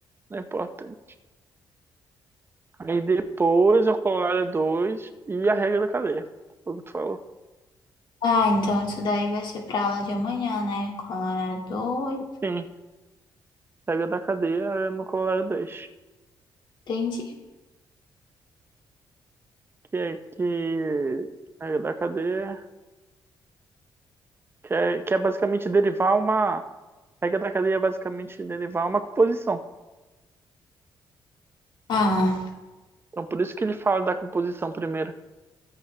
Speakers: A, on the right; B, on the left.
A: não é importante. Aí depois o corolário 2 e a regra da cadeia. Foi o que tu falou.
B: Ah, então isso daí vai ser pra aula de amanhã, né? Colorado, dois.
A: Sim, a regra da cadeia é no corolário dois
B: entendi.
A: Que é que. A regra da cadeia. Que é, que é basicamente derivar uma. A regra da cadeia é basicamente derivar uma composição.
B: Ah,
A: Então por isso que ele fala da composição primeiro.